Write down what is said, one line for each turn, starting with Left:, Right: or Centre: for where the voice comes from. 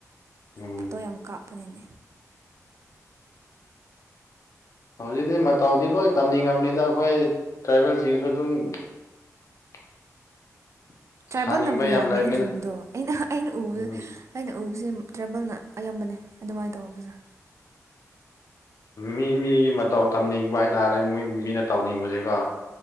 Left: ꯎꯝ
Right: ꯐꯣꯇꯣ ꯌꯥꯝ ꯀꯥꯞꯄꯅꯤꯅꯦ
Left: ꯍꯧꯖꯤꯛꯇꯤ ꯃꯇꯥꯎꯗꯤ ꯂꯣꯏ ꯇꯝꯅꯤꯡꯉꯕꯅꯤꯅ ꯑꯩꯈꯣꯏ ꯇ꯭ꯔꯥꯏꯕꯦꯜꯁꯤꯡꯁꯨ ꯑꯗꯨꯝ <inaudible>
Right: ꯇ꯭ꯔꯥꯏꯕꯦꯜꯅꯕꯨ
Left: ꯁꯥꯅꯤꯡꯕ
Right: ꯌꯥꯝꯃꯦ
Left: ꯌꯥꯝ ꯂꯩꯕꯅꯤꯅ
Right: ꯑꯩꯅ ꯎꯕꯗꯣ ꯑꯩꯅ ꯑꯩꯅ ꯎꯕꯗ
Left: ꯎꯝ
Right: ꯑꯩꯅ ꯎꯕꯁꯤ ꯇ꯭ꯔꯦꯕꯦꯜꯅ ꯑꯌꯥꯝꯕꯅꯦ ꯑꯗꯨꯃꯥꯏꯅ ꯇꯧꯕ ꯄꯨꯖꯥ
Left: ꯃꯤ ꯃꯤꯒꯤ ꯃꯇꯧ ꯇꯝꯅꯤꯡꯕ ꯍꯥꯏꯇꯥꯔꯦ ꯃꯣꯏ ꯃꯤꯅ ꯇꯧꯅꯤꯡꯕꯁꯦꯒ